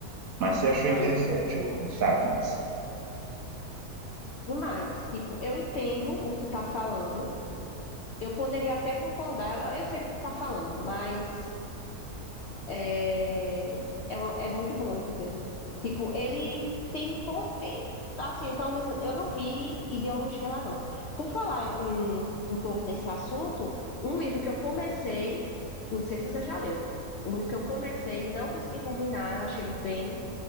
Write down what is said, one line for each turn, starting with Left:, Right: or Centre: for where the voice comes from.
Right: Mas você achou
Left: uhum.
Right: interessante o Sapiens?
Left: Demais. Tipo, eu entendo o que tu tá falando. Eu poderia até concordar. Eu, eu sei do que tu tá falando, mas é, é, um- é muito bom o livro dele. Tipo, ele tem, pou- tem assim, pelo menos eu não vi ideologia lá, não. Por falar um, um pouco nesse assunto, um livro que eu comecei, não sei se você já leu, um livro que eu comecei, não consegui terminar, eu achei ele bem,